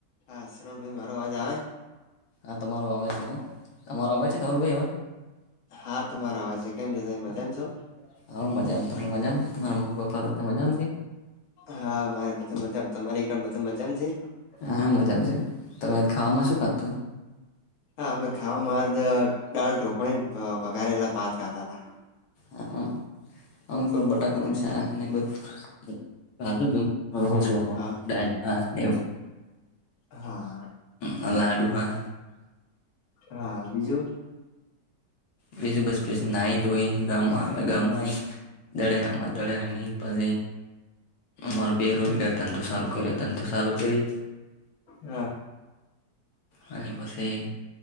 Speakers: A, on the left (about 50°); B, on the left (about 80°).
A: હા શરમભાઈ મારો અવાજ આવે?
B: હા તમારો આવે છે હો. તમારો આવે છે ધવલ ભાઈ હવે?
A: હા તમારો અવાજ છે કેમ છો તમે મજામાં
B: હા
A: છો
B: હું મજામ તમે મજામ છો, તમારા મમ્મી પપ્પા બધા? મજામાં છે
A: હા મારે બધા મજામ તમારી પણ બધા મજામ છે?
B: હા મજામાં છે તમે આજ ખાવામાં શું ખાધું
A: હા અમે ખાવામાં જ દાળ, ઢોકળીન વઘારેલા ભાત ખાધાતા.
B: હા અમ પણ બટાકાનું શાક ને એ બધું ખાધુતું. <inaudible>
A: હા
B: દાળ ભાત ને એવું.
A: હા
B: હ. લાડુ આ
A: હા બીજું?
B: બીજું બસ પછી નાઈટ હોય, ગામમાં આવ્યા ગામમાં દળ રમે, દળે રમી પછી અમારો બેરોજગાર ધંધો સાલું કર્યો ધંધો સાલું કરી
A: હ.
B: અને પછી